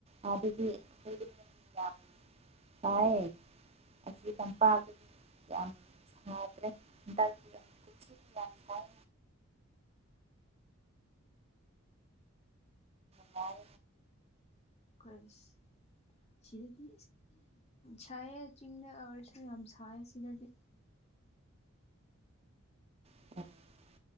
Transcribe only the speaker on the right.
ꯑꯥ ꯗꯗꯤ ꯍꯣꯏꯗꯤ ꯌꯥꯝ ꯁꯥꯢꯌꯦ ꯑꯁꯤ
ꯇꯝꯄꯥꯛ ꯌꯥꯝ ꯁꯥꯗ꯭ꯔꯦ ꯍꯟꯗꯛꯇꯤ ꯁꯤ ꯌꯝꯁꯥꯏ ꯁꯥꯏ
<inaudible>